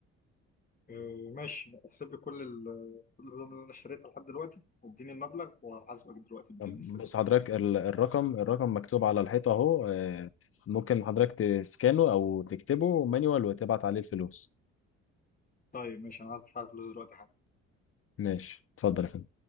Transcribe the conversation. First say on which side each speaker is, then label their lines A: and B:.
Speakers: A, on the left (about 25°); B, on the left (about 45°).
A: آه، ماشي احسب لي كل ال- كل الهدوم اللي انا اشتريتها لحد دلوقتي واديني المبلغ وهحاسبك دلوقتي بالنسبه
B: طب بص
A: دي
B: حضرتك ال- الرقم الرقم مكتوب على الحيطة اهو آه، ممكن حضرتك تسكانه او تكتبه مانيوال وتبعت عليه الفلوس
A: طيب ماشي انا هدفع الفلوس دلوقتي حالا.
B: ماشي اتفضل يا فندم